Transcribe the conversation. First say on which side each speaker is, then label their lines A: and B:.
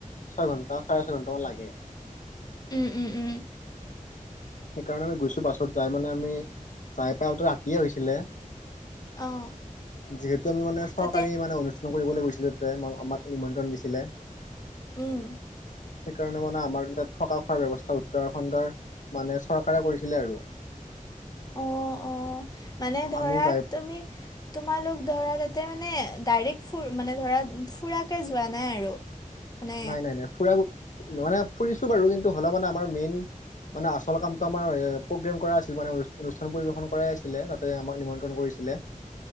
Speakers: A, on the left; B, on the left.
A: ছয় ঘণ্টা চাৰে ছয় ঘণ্টামান লাগে।
B: উম উম উম।
A: সেইকাৰণে আমি গৈছো বাছত যাই মানে আমি যাই পাই অলটো ৰাতিয়ে হৈছিলে।
B: অঁ
A: যিহেতু আমি মানে চৰকাৰী
B: তাতে
A: মানে অনুছ- ন কৰিবলৈ গৈছিলো তাতে আমাক নিমন্ত্ৰণ দিছিলে।
B: উম।
A: সেইকাৰণে মানে আমাৰ তাত থকা খোৱাৰ ব্যৱস্থা উত্তৰাখণ্ডৰ মানে চৰকাৰে কৰিছিলে আৰু।
B: অঁ', অঁ' মানে ধৰা
A: আমি যাই
B: তুমি তোমালোক ধৰা তাতে মানে ডাইৰেক্ট ফুৰ মানে ধৰা ফুৰাকৈ যোৱা নাই আৰু। মানে
A: নাই নাই নাই ফুৰাও মানে ফুৰিছো বাৰু কিন্তু হলেও মানে আমাৰ মেইন মানে আচল কামটো আমাৰ এ প্ৰগ্ৰেম কৰাই আছিলে মানে অনু অনুষ্ঠান কৰাই আছিলে তাতে আমাক নিমন্ত্ৰন কৰিছিলে।